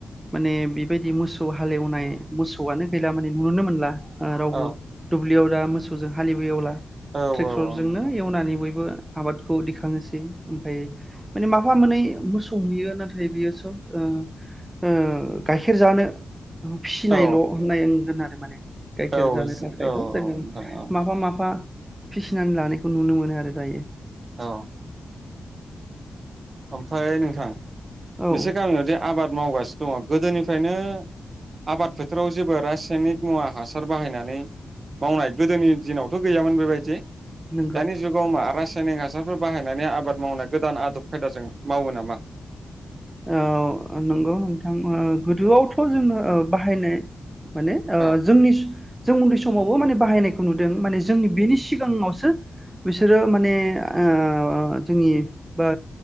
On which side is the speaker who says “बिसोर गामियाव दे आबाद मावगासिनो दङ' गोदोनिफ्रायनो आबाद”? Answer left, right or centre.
Right